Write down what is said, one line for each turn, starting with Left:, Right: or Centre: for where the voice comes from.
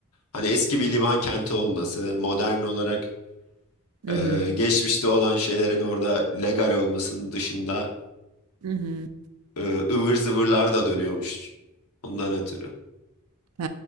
Left: Hani eski bir liman kenti olması, modern olarak
Right: mhm,
Left: e, geçmişte olan şeylerin orada legal olmasının dışında
Right: mhm.
Left: e, ıvır zıvırlar da dönüyormuş. Ondan ötürü.
Right: He,